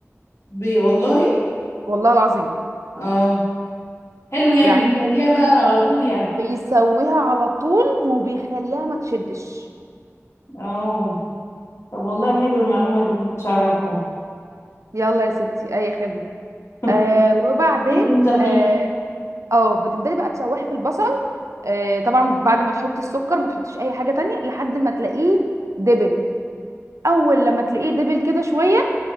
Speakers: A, on the left (about 60°); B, on the right (about 70°).
A: بي والله
B: والله العظيم
A: اه حلو يعني
B: يعني
A: بيسويها بقى على طول يعني
B: بيسويها على طول وبيخليها ما تشدش
A: اه طب والله حلو المعلومة دي ما كنتش اعرفها
B: يلا يا ستي اي خدمه
A: <laughs>
B: آه وبعدين
A: هيك مستفيد
B: اه آه، بتبدأي بقى تشوحي في البصل آه، طبعا بعد ما تحطي السكر ما تحطيش اي حاجه تانية لحد ما تلاقيه دبل اول لما تلاقيه دبل كده شويه